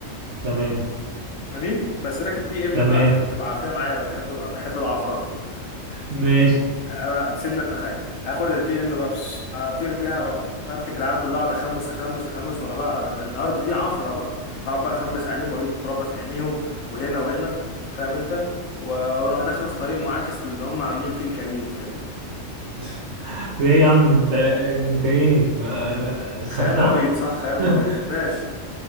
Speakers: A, on the right; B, on the left.
A: تمام
B: امين بس راكب بي ام
A: تمام
B: بقى عشان تبقى عافيه معايا انا بحب بحب العفرطه
A: ماشي
B: ها، انا تسيبني اتخيل هاخد البي ام بقى بس اطير بيها اروح فرتك العيال كلها اقعد اخمس اخمس اخمس وانا بقى الارض دي عفره بقى هقعد بقى اخمس عليهم واجيب التراب في عينيهم وهنا وهنا فاهم انت واروح داخل في طريق معاكس للي هم عاملين فيه الكمين وكده
A: <laughs> ده ايه يا عم انت انت ايه آه، سفاح
B: خيال مريض صح خيال مريض
A: <laughs>
B: ماشي